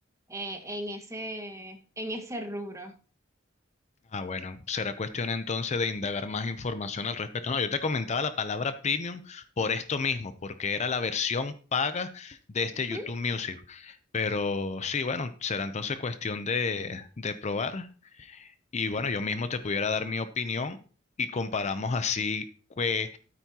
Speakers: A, on the right; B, on the left.
A: eh, en ese, en ese rubro.
B: Ah, bueno, será cuestión entonces de indagar más información al respecto. No, yo te comentaba la palabra Premium por esto mismo, porque era la versión paga de este
A: Ujú.
B: YouTube Music. Pero sí, bueno, será entonces cuestión de, de probar Y bueno, yo mismo te pudiera dar mi opinión y comparamos así que-